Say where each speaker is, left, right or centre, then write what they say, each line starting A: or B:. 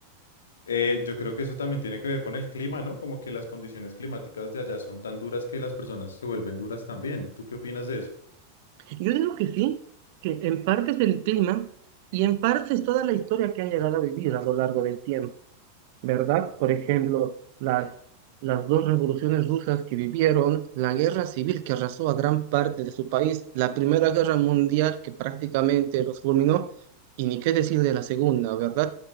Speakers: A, on the left (about 65°); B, on the right (about 50°).
A: Eh, yo creo que eso también tiene que ver con el clima, ¿no? Como que las condiciones climáticas de allá son tan duras que las personas se vuelven duras también. ¿Tú qué opinas de eso?
B: Yo digo que sí, que en parte es el clima y en parte es toda la historia que han llegado a vivir a lo largo del tiempo. ¿verdad? Por ejemplo, las, las dos revoluciones rusas que vivieron, la guerra civil que arrasó a gran parte de su país, la Primera Guerra Mundial que prácticamente los fulminó, y ni qué decir de la Segunda, ¿verdad?